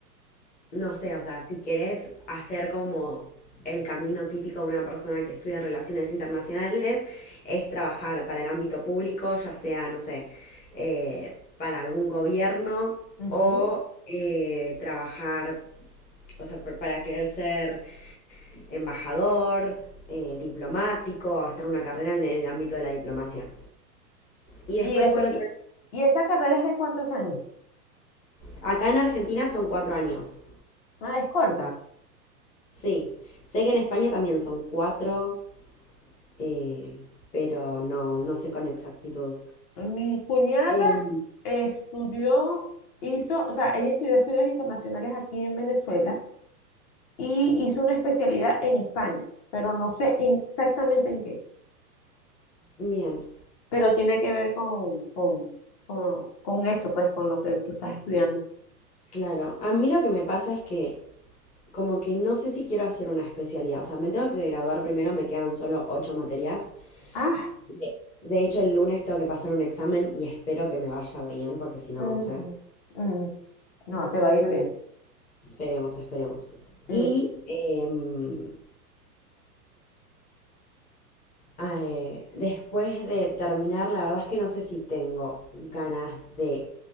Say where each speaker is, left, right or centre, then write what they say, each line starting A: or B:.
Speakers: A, on the left; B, on the left.
A: no sé, o sea, si querés hacer como el camino típico de una persona que estudia relaciones internacionales, es trabajar para el ámbito público, ya sea, no sé, eh, para algún gobierno
B: ujú.
A: o eh, trabajar, o sea, por- para querer ser embajador, eh, diplomático, hacer una carrera en el ámbito de la diplomacia. Y después
B: Y, es,
A: por otro,
B: y, y esa carrera es de cuántos años?
A: acá en Argentina son cuatro años.
B: Ah, es corta.
A: Sí, sé que en España también son cuatro, eh, pero no, no sé con exactitud.
B: Mi cuñada
A: Em,
B: eh, estudió, hizo, o sea, ella estudió estudios internacionales aquí en Venezuela y hizo una especialidad en España, pero no sé en- exactamente en qué,
A: bien,
B: pero tiene que ver con, con, con, con eso, pues, con lo que tú estás estudiando.
A: claro. A mí lo que me pasa es que como que no sé si quiero hacer una especialidad. O sea, me tengo que graduar primero, me quedan solo ocho materias.
B: Ah,
A: De, de hecho, el lunes tengo que pasar un examen y espero que me vaya bien, porque si no,
B: ujú,
A: no sé.
B: mm, no, te va a ir bien.
A: Esperemos, esperemos.
B: Mm,
A: Y em, Eh, después de terminar, la verdad es que no sé si tengo ganas de